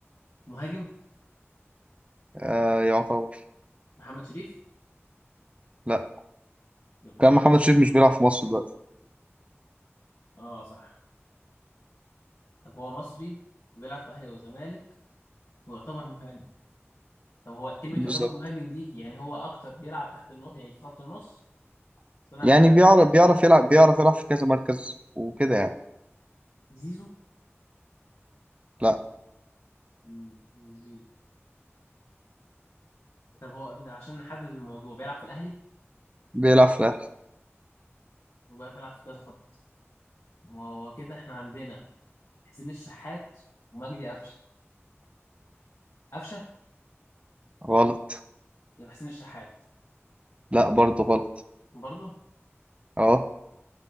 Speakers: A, on the left; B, on the right.
A: مهاجم
B: آه يعتبر
A: محمد شريف
B: لا
A: كنت
B: كان
A: قلت-
B: محمد
A: لك.
B: شريف مش بيلعب في مصر دلوقتي
A: اه صح طب هو مصري وبيلعب في اهلي وزمالك ويعتبر مهاجم طب هو كلمة
B: بالظبط
A: يعتبر مهاجم دي يعني هو اكتر بيلعب تحت النص يعني في خط النص صناع
B: يعني
A: العاب
B: بيعرف
A: يعني
B: بيعرف يلعب بيعرف يلعب في كذا مركز وكده يعني
A: زيزو
B: لا
A: مم، مش زيزو طب هو ده عشان نحدد الموضوع بيلعب في الاهلي
B: بيلعب في الاهلي
A: وبيلعب بيلعب في كذا خط ما هو كده احنا عندنا حسين الشحات ومجدي قفشه قفشه
B: غلط
A: يبقى حسين الشحات
B: لا برضه غلط
A: برضه
B: اه